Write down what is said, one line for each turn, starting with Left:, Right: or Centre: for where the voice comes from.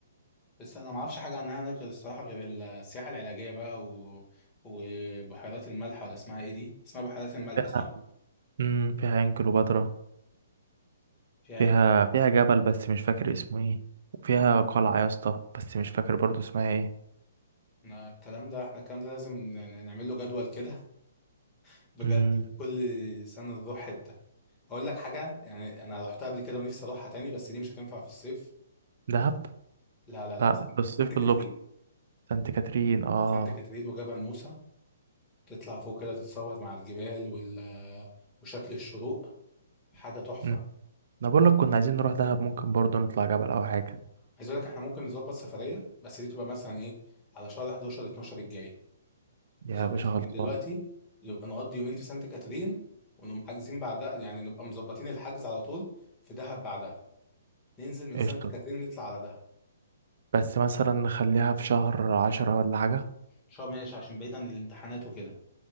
Left: بس انا ما اعرفش حاجه عنها هناك غير الصراحه غير السياحه العلاجيه بقى و... وبحيرات الملح ولا اسمها ايه دي اسمها بحيرات الملح
Right: فيها
Left: صح
Right: امم فيها عين كليوباترا
Left: فيها
Right: فيها
Left: يمكن
Right: فيها جبل بس مش فاكر اسمه ايه وفيها قلعه يا اسطى بس مش فاكر برضو اسمها ايه
Left: إحنا الكلام ده احنا الكلام ده لازم ن- نعمل له جدول كده <laughs> بجد
Right: امم
Left: وكل سنه نروح حته اقول لك حاجه يعني انا رحتها قبل كده ونفسي اروحها تاني بس دي مش هتنفع في الصيف
Right: دهب
Left: لا لا لا
Right: لا
Left: سانت
Right: في الصيف
Left: سانت كاترين
Right: اللوكس سانت كاترين اه
Left: سانت كاترين وجبل موسى تطلع فوق كده تتصور مع الجبال وال وشكل الشروق حاجة تحفة
Right: مم. انا بقول لك كنا عايزين نروح دهب ممكن برضو نطلع جبل او حاجه
Left: عايز اقول لك احنا ممكن نظبط سفرية بس دي تبقى مثلا ايه على شهر 11 12 الجاي
Right: يا
Left: نظبطها
Right: باشا خلصان
Left: من دلوقتي نبقى نقضي يومين في سانت كاترين ونقوم حاجزين بعدها يعني نبقى مظبطين الحجز على طول في دهب بعدها ننزل من
Right: قشطه
Left: سانت كاترين نطلع على دهب
Right: بس مثلا نخليها في شهر عشرة ولا حاجه
Left: شهر ماشي عشان بعيد عن الامتحانات وكده